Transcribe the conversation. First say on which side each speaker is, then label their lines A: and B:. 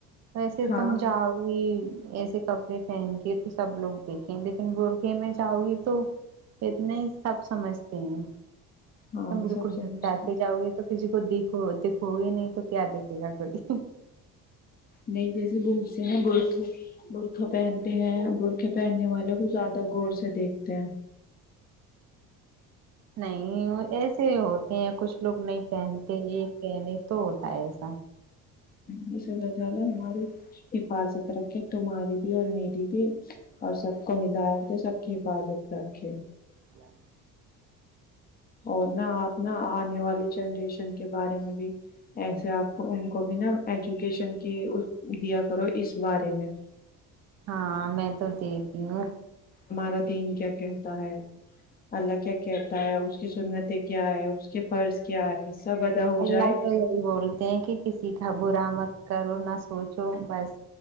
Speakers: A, on the right; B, on the left.
A: ویسے
B: ہاں
A: تم جاؤ گی ایسے کپڑے پہن کے تو سب لوگ دیکھیں لیکن بورکے میں جاؤ گی تو اتنا ہی سب سمجھتے ہیں
B: ہاں
A: تم بالکل
B: سب سمجھتے
A: ڈھکٹا کے جاؤ گے تو کسی کو دیکھ وہ دیک <unintelligible> ہو ہی نہیں تو کیا دیکھے گا کوئی
B: نہیں جیسے بہت ا برے برخے پہنتے ہیں برخے پہننے والے کو زیادہ غور سے دیکھتے ہیں
A: نہیں وہ ایسے ہوتے ہیں کچھ لوگ نہیں پہنتے یہ پہنے تو ہوتا ہے ایسا
B: بس اللہ تا لا ہے ہماری حفاظت رکھے تمہاری بھی اور میری بھی بھی اور سب کو ہدایت سب حفاظت رکھے
A: اللہ <unintelligible>
B: اور نہا آپ نا آنے والی جنریشن کے بارے میں بھی ایسے آپ کو ان کو بھی نا ایجوکیشن کی دیا کرو اس بارے میں
A: ہاں میں تو دیکتی ہوں
B: ہمارا دین کیا کہتا ہے اللہ کیا کہتا ہے اس کی سنتیں کیا ہے اس کے فرض کیا ہے سب ادا ہو
A: اللہ
B: جائے
A: تو یہی بولتے ہیں کہ کسی کا برا مت کرو نہ سوچو بس